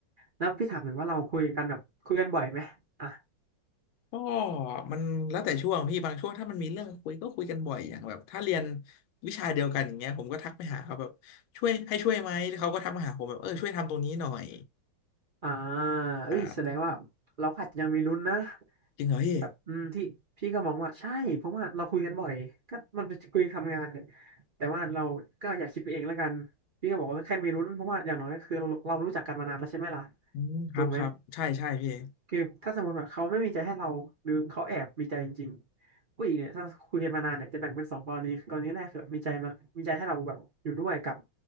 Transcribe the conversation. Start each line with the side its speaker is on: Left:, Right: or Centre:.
Right: แล้วพี่ถามหน่อยว่าเราคุยกันแบบคุยกันบ่อยไหมอ่ะ
Left: ก็มันแล้วแต่ช่วงพี่บางช่วงถ้ามันมีเรื่องคุยก็คุยกันบ่อยอย่างแบบถ้าเรียนวิชาเดียวกันอย่างเงี้ยผมก็ทักไปหาเขาแบบช่วยให้ช่วยไหมแล้วเขาก็ทักมาหาผมแบบเออช่วยทำตรงนี้หน่อย
Right: อ่าเอ้ยแสดงว่า
Left: อ่า
Right: เราอาจจะยังมีลุ้นนะ
Left: จริงเหรอพี่
Right: แบบอืมที่พี่ก็มองว่าใช่เพราะว่าเราคุยกันบ่อยก็มันเป็นคุยทำงานเนี่ยแต่ว่าเราก็อยากคิดไปเองแล้วกันพี่ก็บอกว่าแค่มีรุ้นเพราะว่าอย่างน้อยก็คือเราเรารู้จักกันมานานแล้วใช่ไหมล่ะ
Left: อืมครับครับใช่ใช่พี่
Right: ถูกไหมคือถ้าสมมติว่าเขาไม่มีใจให้เราหรือเขาแอบมีใจจริงๆผู้หญิงเนี่ยถ้าคุยกันมานานเนี่ยจะแบ่งเป็นสองกรณีกรณีแรกคือมีใจมันมีใจให้เราแบบอยู่ด้วยกับ